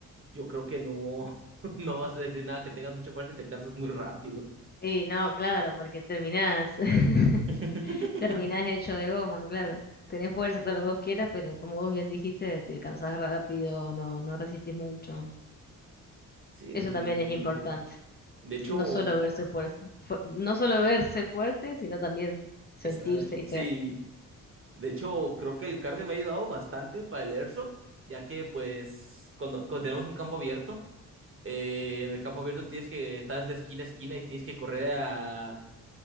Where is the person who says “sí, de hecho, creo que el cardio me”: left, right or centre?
Right